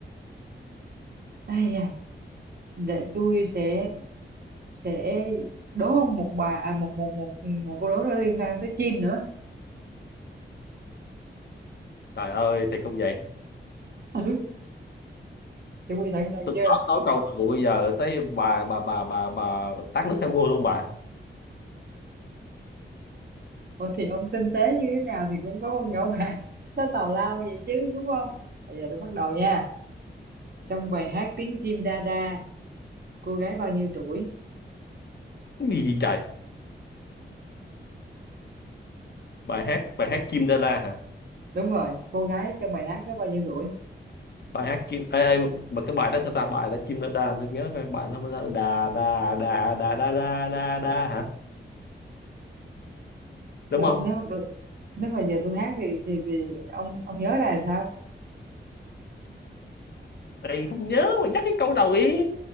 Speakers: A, on the right (about 55°); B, on the left (about 60°).
A: Ây da, để tôi sẽ sẽ đố ông một bà à, một một một một câu đố nó liên quan tới chim nữa
B: trời ơi thì không vậy
A: ừ, chuẩn bị sẵn sàng
B: tôi
A: chưa
B: nói nói câu đầu bây giờ tới bà bà bà bà bà tát nước theo mưa luôn bà
A: Ủa thì ông tinh tế như thế nào thì cũng có con nhỏ bạn <laughs> nó tào lao vậy chứ đúng không bây giờ tôi bắt đầu nha trong bài hát tiếng chim đa đa cô gái bao nhiêu tuổi
B: cái gì vậy trời bài hát bài hát chim đa la hả
A: đúng rồi cô gái trong bài hát đó bao nhiêu tuổi
B: bài hát chim ê, ê, mà cái bài đó sao ta bài là chim nó đa tôi nhớ cái bài nó không sao đà đà đà đà đà đà đà đà hả đúng
A: tôi
B: không
A: nếu mà tôi, nếu mà giờ tôi hát thì thì thì ông ông nhớ ra là sao
B: Ê, không nhớ mà nhắc cái câu đầu ý